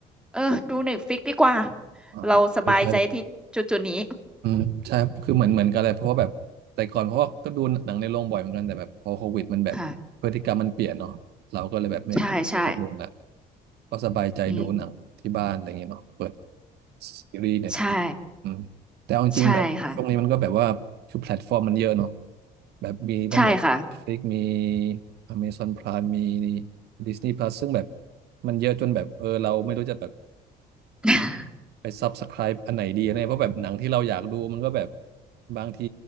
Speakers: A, in the centre; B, on the right.
A: เออดูเน็ตฟลิกดีกว่า
B: อ่าใช่ใช่แบบ
A: เราสบายใจที่จุดๆนี้
B: อืมใช่ครับคือเหมือนเหมือนกันเลยเพราะว่าแบบแต่ก่อนเพราะว่าก็ดูหนังในโรงบ่อยเหมือนกันแต่แบบพอโควิดมันแบบพฤติกรรมมันเปลี่ยนเนาะเราก็เลยแบบไม่ค่อยเข้าโรงละ
A: ค่ะใช่ใช่
B: ก็สบายใจดูหนังที่บ้านอะไรเงี้ยเนาะเปิด
A: อืม
B: ซีรีส์เน็ตฟลิกอืมแต่เอาจริงๆแบบช่วงนี้มันก็แบบว่าคือแพลตฟอร์มมันเยอะเนาะ
A: ใช่ใช่ค่ะ
B: แบบมีตั้งแบบ
A: ใช่ค่ะ
B: Netflix มี Amazon Prime มี Disney Plus ซึ่งแบบมันเยอะจนแบบเออเราไม่รู้จะแบบ
A: <laughs>
B: ไปซับสไ r i b e อันไหนดีอะไรเพราะแบบหนังที่เราอยากดูมันก็แบบบางที